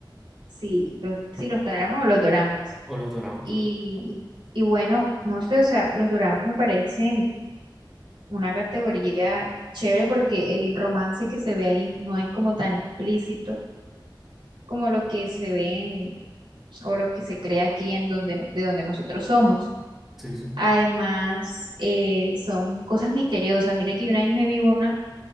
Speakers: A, on the right; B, in the centre.
A: sí, los, sí, los dramas o los doramas.
B: O los doramas,
A: Y,
B: correcto.
A: y bueno, no sé, o sea, los doramas me parecen una categoría chévere porque el romance que se ve ahí no es como tan explícito como lo que se ve en- o lo que se crea aquí en donde nos- de donde nosotros somos.
B: Sí, sí.
A: Además, eh, son cosas misteriosas. Mira que yo una vez me vi una